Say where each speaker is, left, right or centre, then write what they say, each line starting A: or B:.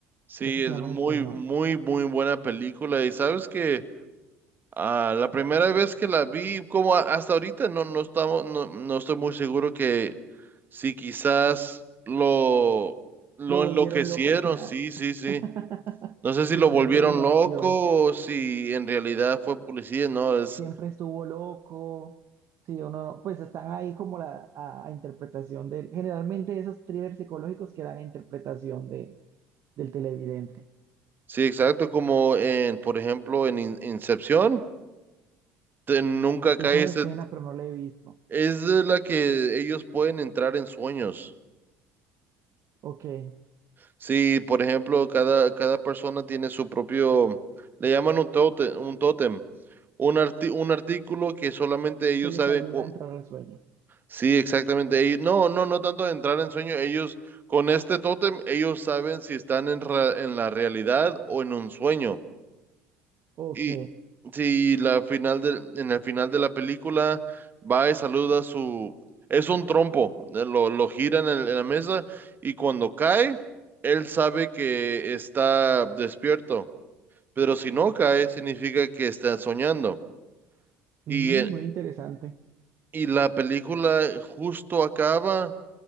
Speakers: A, on the right (about 35°); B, on the right (about 50°).
A: sí,
B: creo que se
A: es
B: llama
A: muy,
B: en español.
A: muy, muy buena película y sabes que... Ah, la primera vez que la vi, como a- hasta ahorita, no, no estamos, no, no estoy muy seguro que si quizás lo, lo
B: Lo volvieron
A: enloquecieron,
B: loco al final.
A: sí, sí, sí.
B: <laughs>
A: No sé si
B: Sí,
A: lo
B: puede
A: volvieron
B: ser una
A: loco
B: opción.
A: o si en realidad fue policía, no, es,
B: Siempre estuvo loco. Sí, o no, pues están ahí como la a, a interpretación del. Generalmente esos thrillers psicológicos quedan a interpretación de, del televidente.
A: sí, exacto, como en, por ejemplo, en In- Incepción, te- nunca cae
B: Esa
A: ese,
B: me suena, pero no la he visto.
A: es de la que ellos pueden entrar en sueños.
B: Ok, que
A: Sí, por ejemplo, cada, cada persona tiene su propio, le llaman un tótem, un tótem. Un, arti- un artículo que solamente ellos
B: les
A: saben.
B: ayuda
A: cu-
B: a entrar al sueño.
A: Sí, exactamente. Ellos, no, no, no tanto de entrar en sueño. Ellos, con este tótem, ellos saben si están en, ra- en la realidad o en un sueño.
B: Ok,
A: Y si la final del en el final de la película va y saluda a su... Es un trompo, eh, lo, lo gira en, el- en la mesa y cuando cae, él sabe que está despierto, pero si no cae, significa que está soñando.
B: Mm,
A: Y
B: muy interesante.
A: Y la película justo acaba